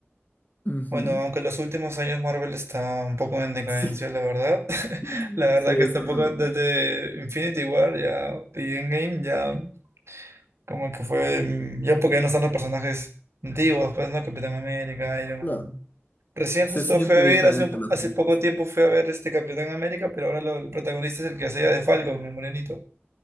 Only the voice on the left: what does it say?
Ujú.
Sí,
<laughs>
sí, eso
es
verdad.
Claro.
Se
siente
diferente
la
franquicia.